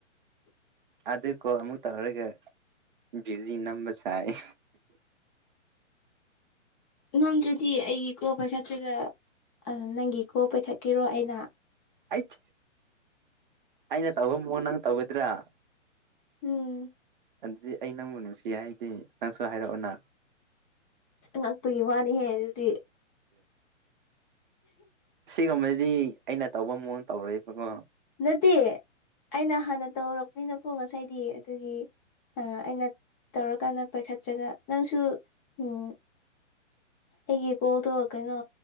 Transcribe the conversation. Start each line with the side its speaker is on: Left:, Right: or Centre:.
Right: ꯑꯗꯨ ꯀꯣꯜ ꯑꯃꯨꯛ ꯇꯧꯔꯒ ꯕꯤꯖꯤ ꯅꯝꯕ ꯁꯥꯏꯌꯦ
Left: ꯅꯝꯗ꯭ꯔꯗꯤ ꯑꯩꯒꯤ ꯀꯣꯜ ꯄꯥꯢꯈꯠꯇ꯭ꯔꯥꯒ ꯑꯗꯨ ꯅꯪꯒꯤ ꯀꯣꯜ ꯄꯥꯏꯈꯠꯀꯦꯔꯣ ꯑꯩꯅ
Right: ꯑꯩꯠ ꯑꯩꯅ ꯇꯧꯕ ꯃꯑꯣꯡ ꯅꯪ ꯇꯧꯒꯗ꯭ꯔꯥ
Left: ꯎꯝ
Right: ꯑꯗꯨꯗꯤ ꯑꯩ ꯅꯪꯕꯨ ꯅꯨꯡꯁꯤ ꯍꯥꯏꯒꯦ ꯅꯪꯁꯨ ꯍꯥꯏꯔꯛꯑꯣꯅ
Left: ꯉꯛꯄꯒꯤ ꯋꯥꯅꯤꯍꯦ ꯑꯗꯨꯗꯤ
Right: ꯁꯤꯒꯨꯝꯕꯗꯤ ꯑꯩꯅ ꯇꯧꯕ ꯃꯑꯣꯡ ꯇꯧꯔꯣꯢꯕꯀꯣ
Left: ꯅꯠꯇꯦ ꯑꯩꯅ ꯍꯥꯟꯅ ꯇꯧꯔꯛꯄꯅꯤꯅꯀꯣ ꯉꯁꯥꯏꯗꯤ ꯑꯗꯨꯒꯤ ꯑꯩꯅ ꯇꯧꯔꯀꯥꯟꯗ ꯄꯥꯏꯈꯠꯇ꯭ꯔꯒ ꯅꯪꯁꯨ ꯎꯝ ꯑꯩꯒꯤ ꯀꯣꯜꯗꯣ ꯀꯩꯅꯣ